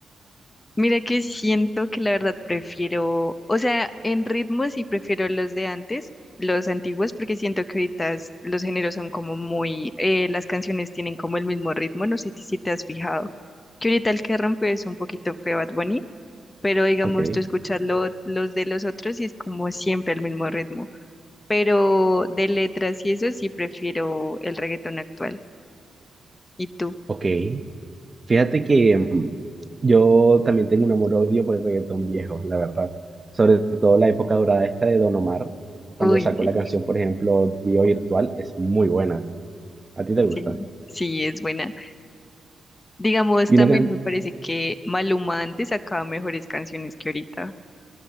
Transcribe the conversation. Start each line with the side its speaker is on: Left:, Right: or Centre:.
Left: Mira que siento que la verdad prefiero, o sea, en ritmos sí prefiero los de antes, los antiguos, porque siento que ahorita es- los géneros son como muy, eh, las canciones tienen como el mismo ritmo, no sé ti- si te has fijado, que ahorita el que rompe es un poquito feo Bad Bunny, pero digamos
Right: Ok,
Left: tú escuchas lo- los de los otros y es como siempre el mismo ritmo, pero de letras y eso sí prefiero el reggaetón actual. ¿Y tú?
Right: ok. Fíjate que mm, yo también tengo un amor-odio por el reggaetón viejo, la verdad. Sobre todo la época dorada esta de Don Omar, cuando
Left: Uy,
Right: sacó
Left: sí,
Right: la canción, por ejemplo, Dio Virtual, es muy buena. ¿A ti te gusta?
Left: sí, sí, es buena. Digamos,
Right: Y
Left: también
Right: una can...
Left: me parece que Maluma antes sacaba mejores canciones que ahorita.